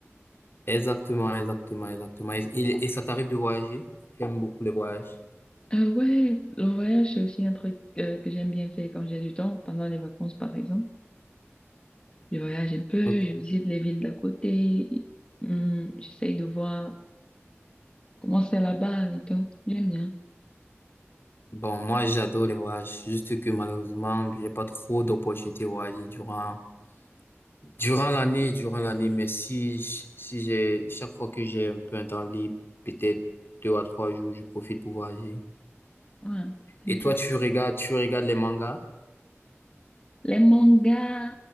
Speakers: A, on the left (about 50°); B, on the left (about 20°).
A: Exactement, exactement, exactement. Et, et- et ça t'arrive de voyager? J'aime beaucoup les voyages.
B: Euh, ouais, le voyage, c'est aussi un truc euh, que j'aime bien faire quand j'ai du temps, pendant les vacances, par exemple. Je voyage un peu,
A: Donc,
B: je visite les villes d'à côté, hum, j'essaye de voir comment c'est là-bas et tout. J'aime bien.
A: Bon, moi, j'adore les voyages. Juste que malheureusement, j'ai pas trop d'opportunités de voyager durant, durant l'année, durant l'année. Mais si, j- si j'ai, chaque fois que j'ai un peu un temps libre, peut-être deux à trois jours, je profite pour voyager.
B: Ouais, c'est
A: Et
B: intéressant.
A: toi, tu regardes, tu regardes les mangas?
B: Les mangas,